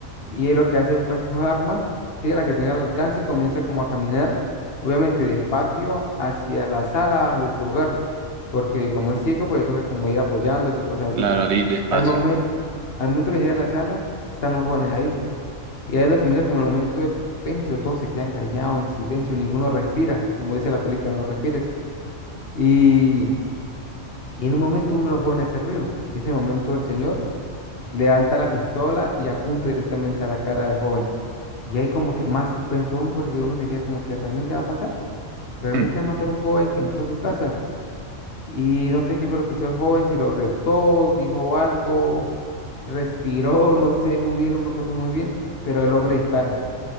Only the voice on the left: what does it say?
Y él lo que hace es buscar sus armas, ¿sí? La que tenía al alcance y comienza como a caminar, obviamente despacio, hacia la sala de su hogar. Porque como es ciego, pues le toca como ir apoyándose y cosas así.
Al momento al momento que llega a la sala, están los jóvenes ahí. Y ahí es donde comienza como el momento de suspenso, todos se quedan callados, en silencio, ninguno respira, como dice la película, no respires. Y y en un momento uno de los jóvenes hace ruido. En ese momento el señor levanta la pistola y apunta directamente a la cara del joven. Y hay como que más suspenso aún porque uno se queda como que realmente va a pasar. Realmente
va a matar a un joven que entró a su casa. Y no sé qué fue lo que hizo el joven, si lo retó, dijo algo, respiró, <laughs> no sé muy bien, no me acuerdo muy bien. Pero el hombre dispara